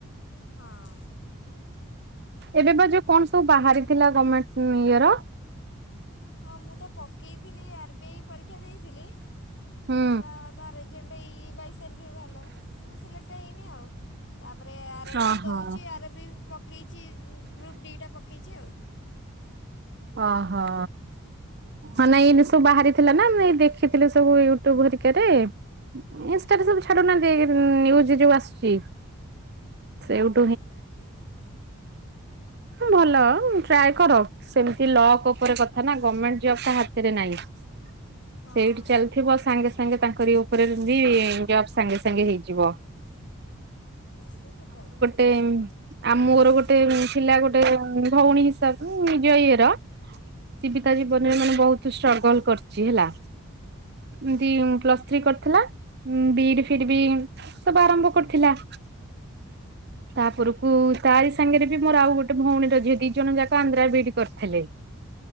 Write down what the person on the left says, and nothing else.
ହଁ।
ହଁ ମୁଁ ତ ପକେଇଥିଲି ଆର୍ ବି ଆଇ ପରୀକ୍ଷା ଦେଇଥିଲି।
ତା ତା ରେଜଲ୍ଟ ଏଇ ବାଇଶ ତାରିଖରେ ବାହାରିଲା କିନ୍ତୁ ସିଲେକ୍ଟ ହେଇନି ଆଉ ତାପରେ ଆର୍ ଆର୍
ବି ଦଉଛି ଆର୍ ଆର୍ ବି ପକେଇଛି। ଗ୍ରୁପ୍ ଡି ଟା ପକାଇଛି ଆଉ।
<inaudible>
ସେଇଠୁ ମୁଁ ଜାଣିଲି।
ହଁ।
ସେଇଟା ତ ସତ କଥା।
ହଁ